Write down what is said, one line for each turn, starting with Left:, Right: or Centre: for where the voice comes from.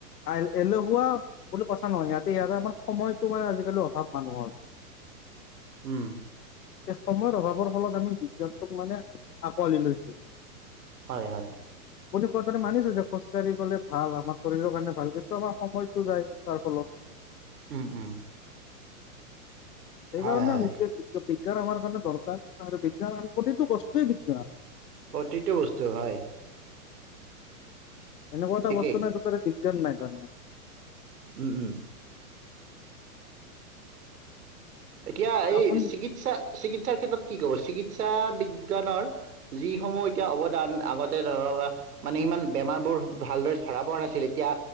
Left: এলেহুৱা বুলি কথা নহয় ইয়াতে ইয়তে মানে সময়তটো মানে আজিকালি অভাৱ মানুহৰ।
Right: <inaudible> উম
Left: চিষ্টেমৰ অভাৱৰ ফলত আমি বিজ্ঞানটোক মানে আঁকোৱালি লৈছো।
Right: হয় হয়।
Left: তোৰ কথা মানিছো যে খোজকাঢ়ি গ'লে ভাল আমাৰ শৰীৰৰ কাৰণে ভাল কিন্তু আমাৰ সময়টো যায় তাৰ ফলত।
Right: উম উম।
Left: সেইকাৰণে
Right: হয় হয়
Left: আমি <unintelligible> বিজ্ঞান আমাৰ কাৰণে দৰকাৰ আৰু বিজ্ঞান আমি প্ৰতিটো বস্তুৱেই বিজ্ঞান।
Right: প্ৰতিটো বস্তু হয়।
Left: এনেকুৱা এটা
Right: ঠিকেই।
Left: বস্তু নাই য'ত তাতে বিজ্ঞান নাই তাত।
Right: উম উম। এতিয়া এই
Left: আপুনি
Right: চিকিৎসা চিকিৎসাৰ ক্ষেত্ৰত কি ক'ব চিকিৎসা বিজ্ঞানৰ যিসমূহ এতিয়া অৱদান আগতে ধৰক মানে ইমান বেমাৰবোৰ ভালদৰে ধৰা পৰা নাছিল, এতিয়া